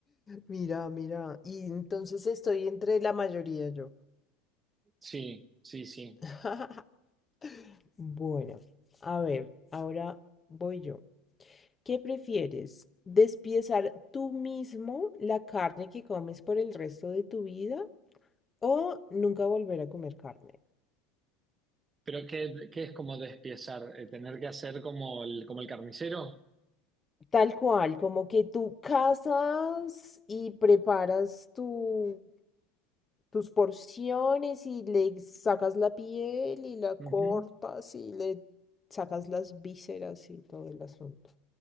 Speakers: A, on the left; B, on the right.
A: Mira, mira. Y entonces estoy entre la mayoría yo.
B: Sí, sí, sí.
A: <laughs> Bueno, a ver, ahora voy yo. ¿Qué prefieres? ¿Despiezar tú mismo la carne que comes por el resto de tu vida o nunca volver a comer carne?
B: Pero ¿qué, qué es como despiezar? Eh, ¿tener que hacer como el, como el carnicero?
A: Tal cual, como que tú cazas y preparas tu, tus porciones y le sacas la piel y la cortas
B: Ujú.
A: y le sacas las vísceras y todo el asunto.